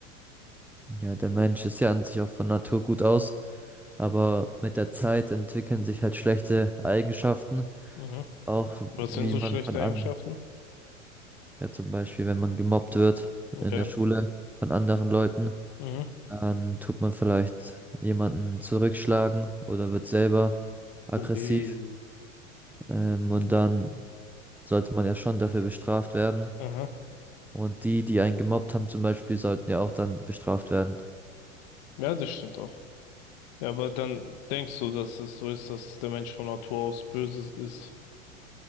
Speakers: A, in the centre; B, on the left.
A: Ja, der Mensch ist ja an sich auch von Natur gut aus, aber mit der Zeit entwickeln sich halt schlechte Eigenschaften,
B: Mhm.
A: auch
B: Was
A: wie
B: sind so
A: man
B: schlechte
A: von an,
B: Eigenschaften?
A: ja zum Beispiel, wenn man gemobbt wird
B: Okay.
A: in der Schule von anderen Leuten,
B: Mhm.
A: dann tut man vielleicht jemanden zurückschlagen oder wird selber aggressiv,
B: Ui.
A: ähm, und dann sollte man ja schon dafür bestraft werden.
B: Aha.
A: Und die, die einen gemobbt haben zum Beispiel, sollten ja auch dann bestraft werden.
B: Ja, das stimmt auch. Ja, aber dann denkst du, dass es so ist, dass der Mensch von Natur aus böse ist.